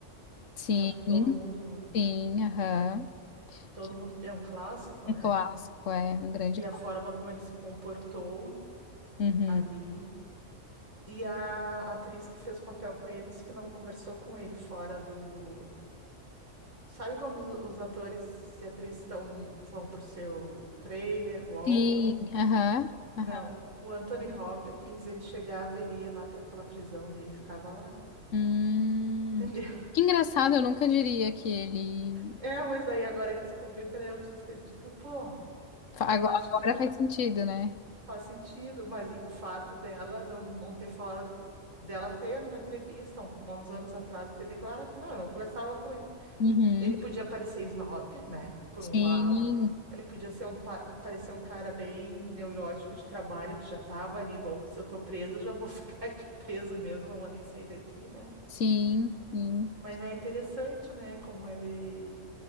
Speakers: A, on the left; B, on the right.
A: Sim,
B: Eu acho que todo mundo,
A: sim, aham.
B: todo
A: Que
B: mundo é um clássico,
A: é
B: né?
A: Um clássico, é um grande
B: E
A: clássico.
B: a forma como ele se comportou
A: Uhum.
B: ali E a atriz que fez o papel com ele disse que não conversou com ele fora do. Sabe quando os os atores e atrizes estão, vão pro seu trailer, voltam?
A: Sim, aham,
B: Não.
A: aham.
B: O Anthony Hopkins, ele chegava, ele ia lá para aquela prisão dele, ficava lá.
A: Hum,
B: Entendeu? <laughs>
A: que engraçado, eu nunca diria que ele.
B: É, mas daí agora ele descobriu que ele é autista. Eu digo, pô,
A: fa- Agora,
B: eu acho
A: agora
B: que tá,
A: faz sentido, né?
B: faz sentido. Mas e o fato dela não, não ter falado, com- dela ter numa entrevista, um- uns anos atrás, ter declarado, não, eu não conversava com ele.
A: Uhum.
B: Ele podia parecer snob, né? Por um
A: Sim,
B: lado. Ele podia ser um, pa- parecer um cara bem neurótico de trabalho, que já tava ali, bom, se eu tô preso, eu já vou <laughs> ficar aqui preso mesmo, não vou nem sair daqui, né?
A: sim, sim,
B: Mas é interessante, né? Como ele.